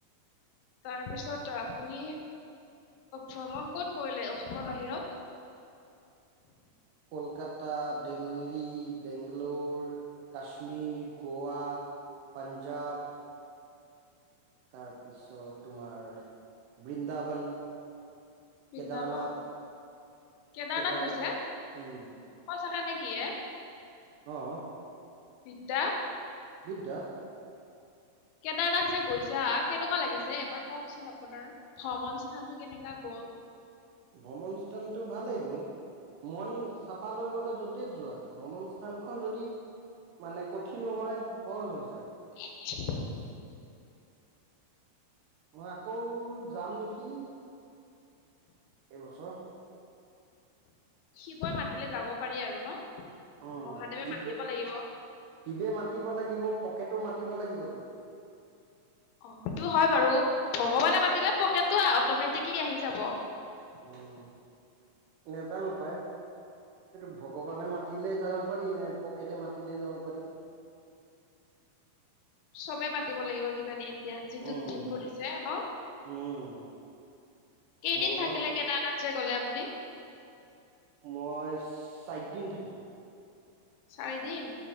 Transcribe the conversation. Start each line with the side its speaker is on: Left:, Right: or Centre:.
Left: তাৰপিছত আপুনি ভ্ৰমণ ক'ত কৰিলে অসমৰ বাহিৰত?
Right: কলকাতা, দিল্লী, বেংগালো, ৰ কাশ্মীৰ, গোৱা পাঞ্জাৱ তাৰপিছত তোমাৰ বৃন্দাবন
Left: বৃন্দাবন
Right: কেদাৰনাথ
Left: কেদাৰনাথ
Right: কেদাৰ
Left: গৈছে
Right: উম।
Left: সঁচাকে নেকি এ?
Right: অ'।
Left: বিদ্যা।
Right: বিদ্যা।
Left: কেদাৰনাথ যে গৈছা কেনেকুৱা লাগিছে এবাৰ কওঁকচোন আপোনাৰ? ভ্ৰমণস্থানটো কেনেকা গ'ল।
Right: ভ্ৰমণস্থানটো ভালেই গ'ল। মন চফা লৈ গ'লে য'তেই যোৱা ভ্ৰমণ স্থানখন যদি মানে কঠিনো হয় সহজ হৈ যায়।
Left: <inaudible>
Right: মই অকৌ যাম নেকি। এইবছৰ।
Left: শিৱই মাতিলে যাব পাৰি আৰু ন?
Right: উম
Left: মহাদেৱে
Right: শিৱে
Left: মাতিব লাগিব।
Right: শিৱে মাতিব লাগিব পকেটো মাতিব লাগিবতো।
Left: অ', সেইটো হয় বাৰু, ভগৱানে মাতিলে পকেটটো অটমেটিকেলি আহি যাব।
Right: উম, নজানো পাই। সেইটো ভগৱানে মাতিলে যাব পাৰি নে পকেটে মাতিলে যাব পাৰি।
Left: চবে মাতিব লাগিব কিজানি। দিয়া যিটোত
Right: উম
Left: দিন পৰিছে ন,
Right: উম
Left: কেইদিন
Right: ভগৱান
Left: থাকিলাগে কেদাৰনাথ যে গ'লে আপুনি?
Right: মই চাৰিদিন থাকিলোঁ।
Left: চাৰিদিন?